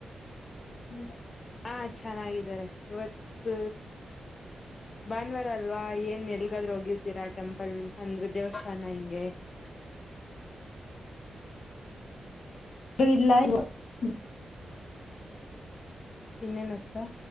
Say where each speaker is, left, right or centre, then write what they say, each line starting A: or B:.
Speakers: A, on the left; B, on the left.
A: <inaudible>
B: ಹಾ ಚೆನ್ನಾಗಿದ್ದಾರೆ. ಇವತ್ತ್ ಭಾನುವಾರ ಅಲ್ವಾ ಏನ್ ಎಲ್ಗಾದ್ರೂ ಹೋಗಿರ್ತಿರಾ ಟೆಂಪಲ್ ಅಂದ್ರೆ ದೇವಸ್ಥಾನ ಹಿಂಗೆ.
A: ಇಲ್ಲಾ <unintelligible>
B: ಇನ್ನೇ ನಕ್ಕಾ.